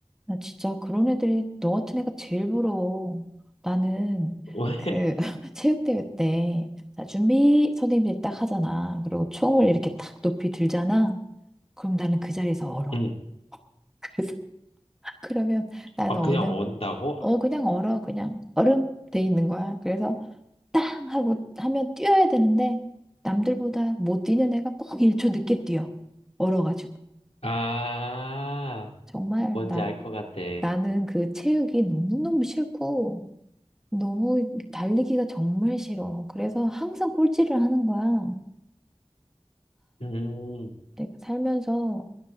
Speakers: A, in the centre; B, on the left (about 75°).
A: 나 진짜 그런 애들이 너 같은 애가 제일 부러워. 나는
B: 왜?
A: 그
B: <laughs>
A: <laughs> 체육대회 때 자, 준비 선생님들이 딱 하잖아. 그리고 총을 이렇게 딱 높이 들잖아. 그럼 나는 그 자리에서 얼어.
B: 응.
A: <laughs> 그래서 그러면 나는
B: 아, 그냥
A: 어는
B: 언다고?
A: 어 그냥 얼어 그냥 얼음 돼 있는 거야. 그래서 땅 하고 하면 뛰어야 되는데 남들보다 못 뛰는 애가 꼭 1초 늦게 뛰어. 얼어가지고.
B: 아,
A: 정말
B: 뭔지 알 것 같아.
A: 나는 그 체육이 너무너무 싫고, 너무 달리기가 정말 싫어. 그래서 항상 꼴찌를 하는 거야.
B: 음,
A: 내가 살면서